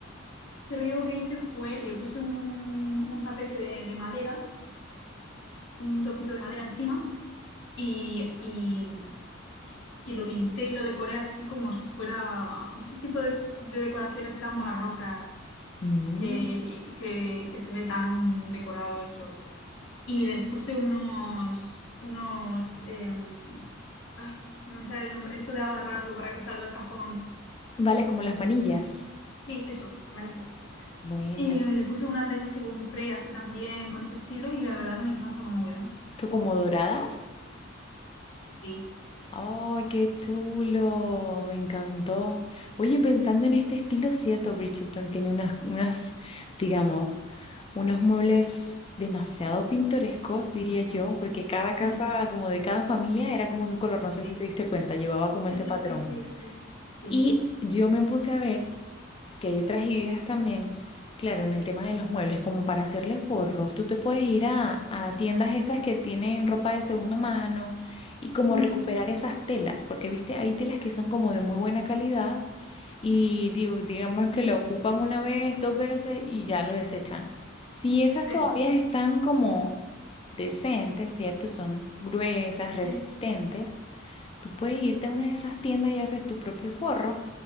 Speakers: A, on the left; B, on the left.
A: Pero yo lo que hice fue, le puse un, un tapete de, de madera, un trocito de madera encima y, y, y lo pinté y lo decoré así como si fuera de ese tipo de, de decoraciones así tan barrocas
B: Mm.
A: que, que, que se ve tan decorado eso. y les puse unos, unos, em, ay, no me sale el nombre, esto de agarrarlo para que salga el cajón.
B: Vale, es como las manillas.
A: Sí, eso, manillas.
B: Buena.
A: Y le puse unas de esas que compré así también, con ese estilo, y la verdad que me encanta cómo quedó.
B: ¿Tú como doradas?
A: Sí.
B: ¡Ay, qué chulo! Me encantó. Oye, pensando en este estilo, cierto, Bridgerton tiene unas, unas, digamos, Unos muebles demasiado pintorescos, diría yo, porque cada casa,
A: Mm,
B: como de cada familia, era como de un color, no sé
A: sí,
B: si te diste cuenta, llevaba
A: sí,
B: como
A: sí,
B: ese patrón.
A: sí, sí, sí. Sí.
B: Y yo me puse a ver que hay otras ideas también, claro, en el tema de los muebles, como para hacerle forros, tú te puedes ir a, a tiendas estas que tienen ropa de segunda mano y como
A: Mm,
B: recuperar esas telas, porque viste, hay telas que son como de muy buena calidad y digo, digamos que la ocupan una vez, dos veces y ya lo desechan. Si esas
A: sí,
B: todavía están como decentes, ¿cierto? Son gruesas, resistentes.
A: sí.
B: Tú puedes irte a una de esas tiendas y haces tus propios forros.